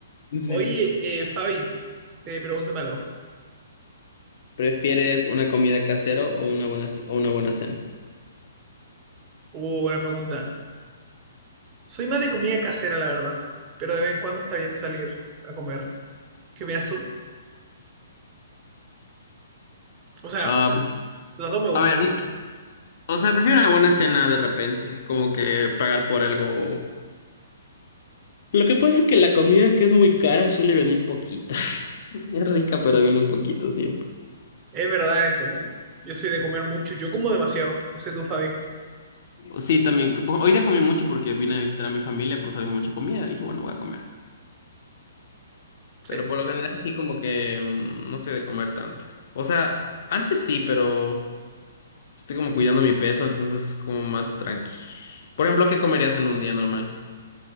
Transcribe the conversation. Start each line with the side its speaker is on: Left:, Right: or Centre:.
Left: Sí.
Right: Oye, eh, Fabi, eh, pregúntame algo.
Left: ¿Prefieres una comida casera o una buena, c- o una buena cena?
Right: Uh, buena pregunta. Soy más de comida casera, la verdad, pero de vez en cuando está bien salir a comer. ¿Qué opinas tú? O sea,
Left: Ah,
Right: las dos me gustan,
Left: a ver,
Right: la
Left: un-
Right: verdad.
Left: o sea, prefiero una buena cena de repente, como que pagar por algo Lo que pasa es que la comida que es muy cara suele venir poquito. <laughs> Es rica, pero viene poquito siempre.
Right: Es verdad eso, ¿no? Yo soy de comer mucho, yo como demasiado. No sé tú, Fabi.
Left: Sí, también. como- Hoy día comí mucho porque vine a visitar a mi familia, pues había mucha comida. Dije, bueno, voy a comer.
Right: Sí,
Left: Pero por
Right: so-
Left: lo general sí como que mm, no soy de comer tanto. O sea, antes sí, pero estoy como cuidando mi peso, entonces como más tranqui. Por ejemplo, ¿qué comerías en un día normal?